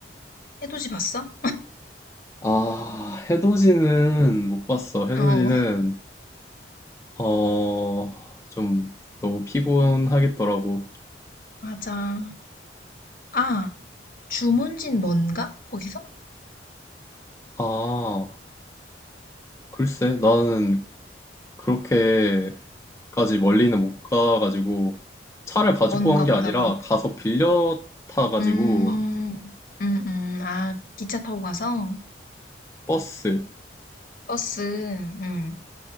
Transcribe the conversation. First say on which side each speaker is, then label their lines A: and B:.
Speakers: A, on the left (about 50°); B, on the left (about 15°).
A: 해돋이 봤어?
B: 아, 해돋이는 못 봤어. 해돋이는
A: 어,
B: 어, 좀 너무 피곤하겠더라고.
A: 맞아. 아, 주문진 뭔가? 거기서?
B: 아, 글쎄, 나는 그렇게까지 멀리는 못 가가지고 차를 가지고
A: 뭔가
B: 간 게
A: 보다,
B: 아니라
A: 그럼.
B: 가서 빌려 타가지고
A: 음, 음, 음. 아, 기차 타고 가서?
B: 버스,
A: 버스, 음.